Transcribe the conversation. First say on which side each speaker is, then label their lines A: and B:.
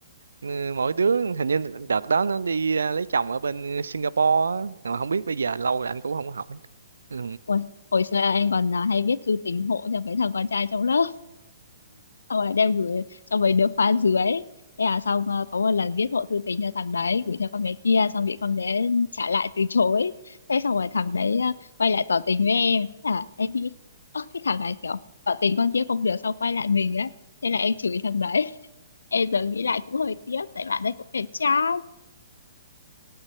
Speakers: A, on the right; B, on the left.
A: ừ, mỗi đứa hình như đợt đó nó đi à, lấy chồng ở bên Singapore á. mà không biết bây giờ lâu rồi anh cũng không hỏi ừ.
B: Ủa, hồi xưa em còn à, hay viết thư tình hộ cho mấy thằng con trai trong lớp. xong rồi đem gửi cho mấy đứa khóa dưới thế là xong ờ, có một lần viết hộ thư tình cho thằng đấy gửi cho con bé kia xong bị con bé trả lại từ chối thế xong rồi thằng đấy ờ, quay lại tỏ tình với em thế là em nghĩ ơ cái thằng này kiểu tỏ tình con kia không được xong quay lại mình ấy thế là em chửi thằng đấy <laughs> em giờ nghĩ lại cũng hơi tiếc tại bạn đấy cũng đẹp trai